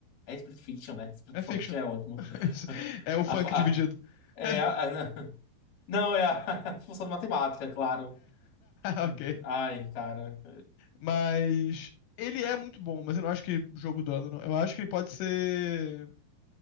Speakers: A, on the left; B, on the left.
A: é Split Fiction, né? <laughs> Split
B: É
A: Function
B: fiction.
A: é ótimo.
B: <laughs>
A: <laughs>
B: É o funk
A: A, fa-
B: dividido.
A: a- é,
B: <laughs>
A: a- a- não, é a <laughs> função de matemática, claro.
B: Ok.
A: Hum, Ai, cara.
B: Mas ele é muito bom, mas eu não acho que jogo do ano, não. Eu acho que ele pode ser.